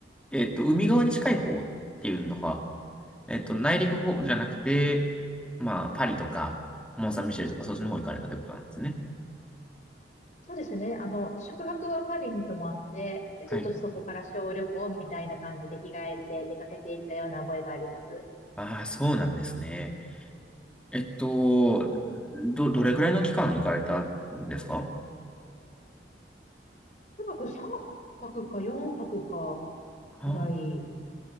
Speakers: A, in the centre; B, on the left (about 40°).
A: えっと、海側に近い方っていうのが、えっと、内陸方じゃなくて、まあ、パリとか、モン・サン・ミシェルとか、そっちの方行かれたってことなんですね。
B: うんそうですね。あの、宿泊はパリに泊まって、で、
A: はい。
B: ちょっとそこから小旅行みたいな感じで日帰りで出かけていったような覚えがあります。
A: ああ、そうなんですね。えっと、ど、どれくらいの期間行かれたんですか
B: とにかく3泊か4泊か
A: ああ、
B: くらい